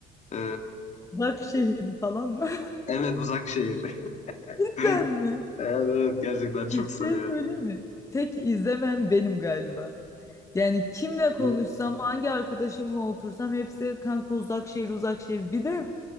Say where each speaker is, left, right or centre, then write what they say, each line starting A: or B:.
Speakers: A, on the left (about 45°); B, on the left (about 20°).
A: E,
B: Başşehir falan mı?
A: evet Uzak Şehir. <laughs>
B: <laughs> Cidden mi?
A: Evet, evet gerçekten çok
B: Bir
A: sarıyor.
B: şey söyleyeyim mi? Tek izlemem benim galiba. Yani kimle konuşsam,
A: Hı,
B: hangi arkadaşımla otursam hepsi kanka Uzakşehir Uzakşehir. Bir de